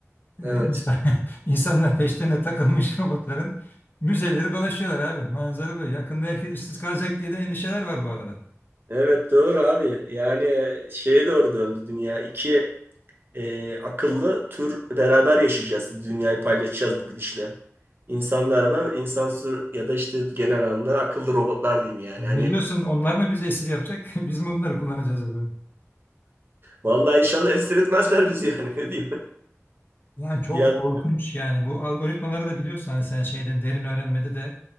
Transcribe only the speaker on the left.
Ee,
insan, <laughs> insanlar peşlerine takılmış robotların müzeleri dolaşıyorlar abi. Manzara böyle. Yakında herkes işsiz kalacak diye de endişeler var bu arada.
Ne
diyorsun? Onlar mı bizi esir yapacak? <laughs> Biz mi onları kullanacağız acaba?
Yani çok
korkunç yani bu algoritmaları da biliyorsun hani sen şeyde derin öğrenmede de